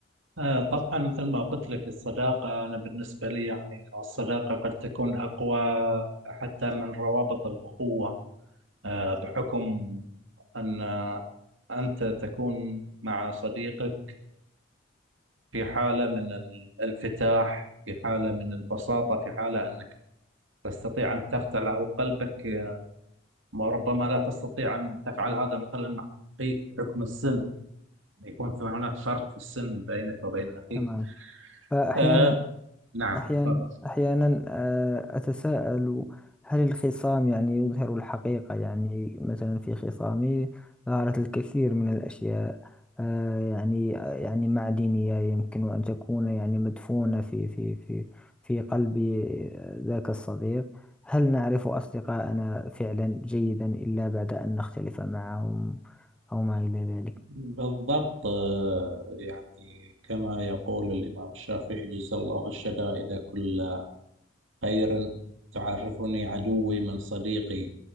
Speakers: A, on the right; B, in the centre.
A: آه، طبعا مثل ما قلت لك الصداقة أنا بالنسبة لي يعني الصداقة قد تكون أقوى حتى من روابط الأخوة آه، بحكم أن أنت تكون مع صديقك في حالة من ال- الانفتاح في حالة من البساطة في حالة أنك تستطيع أن تفتح له قلبك وربما لا تستطيع أن تفعل هذا مثلا مع أخيك بحكم السن يكون في هناك فرق في السن بينك وبين أخيك
B: تمام فأحيانا
A: آه نعم
B: أحيانا
A: تفضل
B: أحيانا آه، أتساءل هل الخصام يعني يظهر الحقيقة يعني مثلا في خصامي ظهرت الكثير من الأشياء آه، يعني آه، يعني معدنية يمكن أن تكون يعني مدفونة في في في في قلب آه، ذاك الصديق هل نعرف أصدقاءنا فعلا جيدا إلا بعد أن نختلف معهم أو ما إلى ذلك
A: بالضبط آه، يعني كما يقول الإمام الشافعي جزا الله الشدائد كلا خير تعرفني عدوي من صديقي